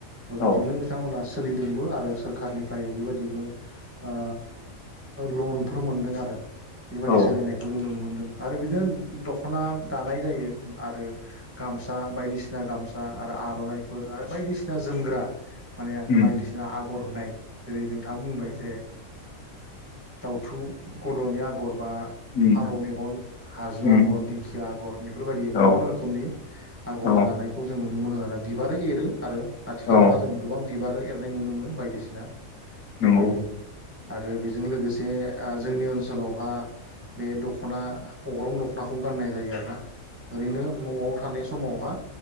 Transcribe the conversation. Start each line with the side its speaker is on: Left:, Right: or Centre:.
Left: औ
Right: जजोंनो बिथांमोना सोलिदोंबो आरो सोरखारनिफ्राय बेबायाददिबो ओ लनफोर मोनदों आरो बेबादि
Left: औ
Right: सोलिनायखौ जों नुनो मोनदों आरो बिदिनो दख'ना दानाय जायो आरो। गामसा बायदिसिना गामसा आरो आर'नाइफोर आरो बायदिसिना जोमग्रा। माने
Left: उम
Right: बायदिसिना आगर होनाय जेरै नोंथाङा बुंबाय जे दाउथु गद'नि आगर होननानै
Left: उम
Right: फारौ मेगन हाजो
Left: उम
Right: आगर दिंखिया आगर बेफोरबायदि
Left: औ
Right: गोबां रोखोमनि आगर
Left: औ
Right: होजानाय खौ जों नुनो मोनो आरो बिबारो एरो आरो आथिखालावहा
Left: औ
Right: जों गोबां बिबार एरनाय नुनो मोनो बायदिसिना
Left: नंगौ
Right: बेबायदि आरो बेजों लोगोसे जोंनि ओनसोलावहा बे दख'ना अग्रं दख'नाखौ गाननाय जायो आरो ना। ओरैनो न'आव थानाय समावहा